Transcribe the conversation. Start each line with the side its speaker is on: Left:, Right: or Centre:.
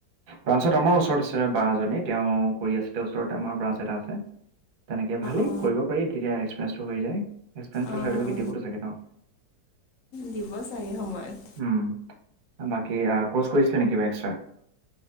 Right: ব্ৰাঞ্চত আমাৰ ওচৰত আছে বা এজনী তেওঁ কৰি আছিল তেওঁ ওচৰতে আমাৰ ব্ৰাঞ্চ এটা আছে তেনেকে ভালেই
Left: অ
Right: কৰিব পাৰি তেতিয়া এক্সিৰিয়েঞ্চটো হৈ যায় এক্সপিৰিয়েঞ্চ
Left: অ
Right: চাৰ্টিফিকেট
Left: অ
Right: দিবতো চাগে তেওঁ
Left: দিব চাগে সময়ত
Right: উম বাকী ক্ৰচ কৰিছিলে নেকি কিবা এক্সট্ৰা